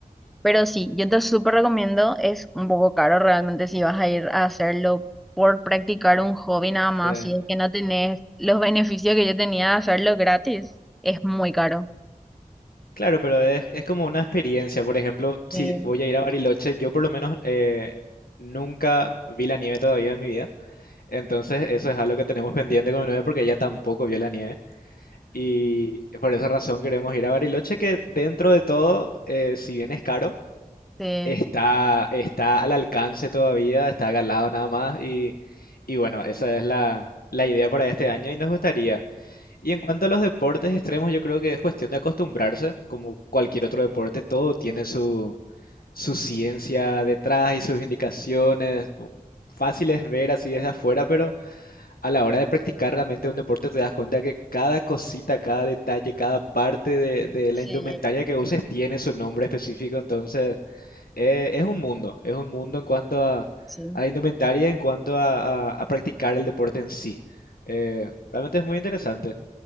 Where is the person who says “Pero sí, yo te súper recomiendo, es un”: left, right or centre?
Centre